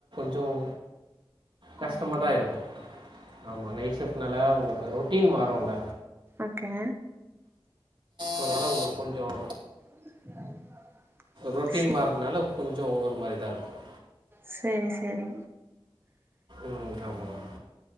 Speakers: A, on the right; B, on the right.
A: கொஞ்சம் கஷ்டமா
B: ஓகே
A: தான் இருக்கும் ஆமாம் நைட் ஷிஃப்ட்னால உங்களுக்கு ரொட்டீன் மாறும்ல
B: ஓகே
A: அதனால உங்க கொஞ்சம்
B: <unintelligible>
A: ரொட்டீன்
B: செ
A: மாறதுனால கொஞ்சம் ஒரு மாதிரி தான் இருக்கும்
B: செரி செரி
A: ம். ஆமா, ஆமா.